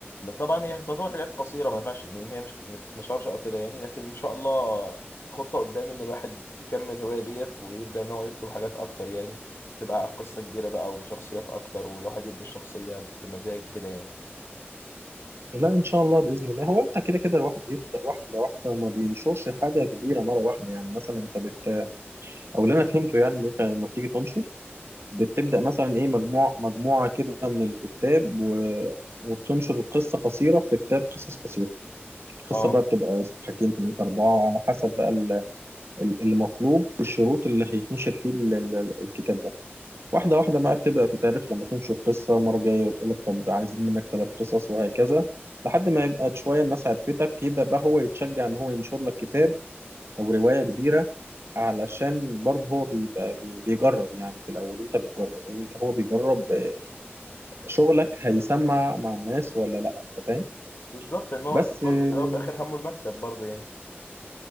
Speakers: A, on the left; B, on the right.
A: طبعا هي تعتبر حاجات قصيره ما ينفعش ان إن هي مش ما تتنشرش او كده يعني لكن ان شاء الله خطه قدام ان الواحد يكمل الهوايه ديت ويبدا ان هو يكتب حاجات اكتر يعني تبقى قصه كبيره بقى وشخصيات اكتر والواحد يبني الشخصيه بمزاج كده يعني
B: لا ان شاء الله باذن الله هو انت كده كده الواحد بيبدا واحده واحده وما بينشرش حاجه كبيره مره واحده يعني مثلا انت بت او اللي انا فهمته يعني ان انت لما بتيجي تنشر بتبدا مثلا ايه مجموعه مجموعه كده من الكتاب و... وبتنشر قصه قصيره في كتاب قصص قصيره القصه
A: اه
B: بقى بتبقى صفحتين ثلاثه اربعه على حسب بقى ال- ال- المطلوب والشروط اللي هيتنشر فيه ال- ال- الكتاب ده واحده واحده بقى بتبدا تتعرف لما تنشر قصه مره جايه يقول لك طب عايزين منك ثلاث قصص وهكذا لحد ما يبقى شويه الناس عرفتك يبدا بقى هو يتشجع ان هو ينشر لك كتاب او روايه كبيره علشان برضه هو بيبقى بي- بيجرب يعني في الاول انت بتجرب انت هو بيجرب آه، شغلك هيسمع مع الناس ولا لا انت فاهم
A: بالظبط ان هو
B: بس
A: اكيد برضه
B: آه،
A: في الاول وفي الاخر همه المكسب برضه يعني